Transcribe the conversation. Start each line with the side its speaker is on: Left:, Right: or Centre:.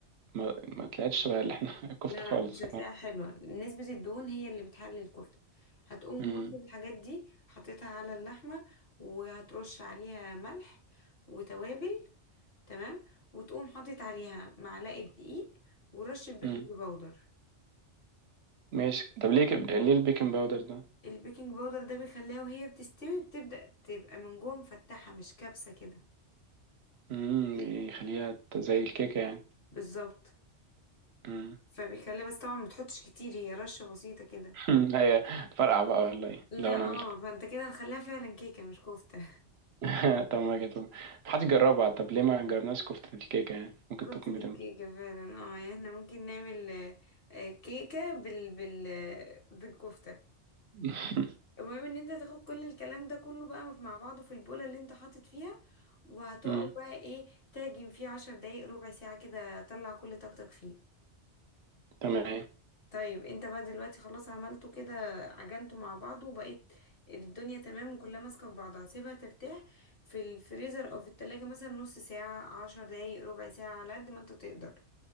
Right: ما ما طلعتش شبه اللي احنا <laughs> الكفته
Left: لا لا
Right: خالص
Left: مش هتلاقيها حلوة نسبة الدهون هي اللي بتحلي الكفتة هتقوم
Right: امم
Left: واخد الحاجات دي حطيتها على اللحمة وهترش عليها ملح وتوابل تمام وتقوم حاطط عليها معلقة دقيق ورشة بيكنج
Right: امم
Left: باودر
Right: ماشي طب ليه كب... ليه البيكنج باودر ده
Left: البيكنج باودر ده بيخليها وهي بتستوي بتبدأ تبقى من جوه مفتحة مش كبسة كده
Right: امم يخليها ت- زي الكيكه يعني
Left: بالظبط
Right: امم
Left: فبيخليها بس طبعا ما تحطش كتير هي رشة بسيطة كده
Right: <laughs> هي تفرقع بقى ولا ايه
Left: لا
Right: لو انا
Left: اه
Right: عملت كده.
Left: فانت كده هتخليها فعلا كيكة مش كفتة
Right: <laughs> طب ما جت محدش جربها طب ليه ما جربناش كفته الكيكه يعني ممكن
Left: كفتة
Right: تكون بتنفع
Left: الكيكة فعلا اه يعني احنا ممكن نعمل آه، آه، كيكة بال بال آه، بالكفتة
Right: <laughs>
Left: المهم ان انت تاخد كل الكلام ده كله بقى مع بعضه في البولة اللي انت حاطط فيها وهتقعد
Right: امم
Left: بقى ايه تعجن فيه عشر دقايق ربع ساعة كده طلع كل طاقتك فيه
Right: تمام
Left: طيب انت بقى دلوقتي خلاص عملته كده عجنته مع بعضه وبقيت الدنيا تمام وكلها ماسكة في بعضها سيبها ترتاح في الفريزر او في التلاجة مثلا نص ساعة عشر دقايق ربع ساعة على قد ما انت تقدر